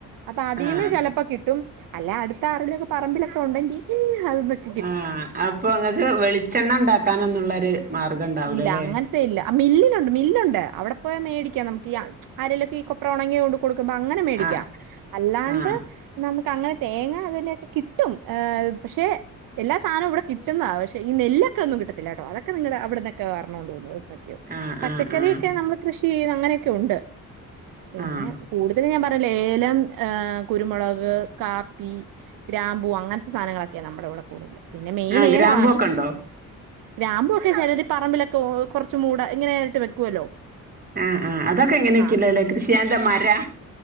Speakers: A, on the right; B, on the right.
A: അപ്പതീന്ന്
B: ആഹ്
A: ചെലപ്പ കിട്ടും അല്ലാ അട്ത്താറെലൊക്കെ പറമ്പിലൊക്കെ ഉണ്ടെങ്കി അത് <unintelligible>
B: ആഹ് അപ്പൊ ഇങ്ങക്ക് വെളിച്ചെണ്ണ ഉണ്ടാക്കാനൊന്നുള്ളൊരു മാർഗം ഉണ്ടാവുലല്ലേ
A: ഇല്ല അങ്ങനത്തെ ഇല്ല മില്ലുണ്ട് മില്ലുണ്ട് അവിടെ പോയാ മേടിക്കാം നമുക്ക് ഈ ആരേലുവൊക്കെ ഈ കൊ കൊപ്രാ ഉണങ്ങിയ കൊണ്ട് കൊടുക്കുമ്പോ അങ്ങനെ മേടിക്കാം
B: ആഹ്
A: അല്ലാണ്ട്
B: ആഹ്
A: നമുക്ക് അങ്ങനെ തേങ്ങ അതങ്ങനൊക്കെ കിട്ടും ആഹ് പക്ഷെ എല്ലാ സാധനവും ഇവടെ കിട്ടുന്നയാ പക്ഷേ നെല്ലൊക്കെ ഒന്നും കിട്ടത്തില്ല കേട്ടോ അതൊക്കെ നിങ്ങടെ അവിടുന്ന് വരണംന്ന് തോന്നുണു എന്തൊക്കെയോ
B: ആഹ്
A: പച്ചക്കറിയൊക്കെ
B: ആഹ് ആഹ്
A: നമ്മള് കൃഷി ചെയ്യുന്ന അങ്ങനൊക്കെ ഉണ്ട് പിന്നെ
B: ആഹ്
A: കൂടുതലും ഞാൻ പറഞ്ഞില്ലേ ഏലം ഏഹ് കുരുമൊളക്, കാപ്പി ഗ്രാമ്പു അങ്ങനത്തെ സാധനങ്ങളൊക്കെയാ നമ്മടെ ഇവടെ കൂടുതല് പിന്നെ മെയിൻ
B: ആഹ്
A: ഏലമാണ്
B: ഗ്രാമ്പൊക്കെണ്ടോ
A: ഗ്രാമ്പുവൊക്കെ ചെലര് പറമ്പിലൊക്കെ കൊറച്ച് മൂട് ഇങ്ങനെ ആയിട്ട് വെക്കുവല്ലോ
B: ആഹ് ആഹ് അതൊക്കെങ്ങനൊക്കല്ലല്ലേ
A: ആഹ്
B: കൃഷിയാന്ന് മരാ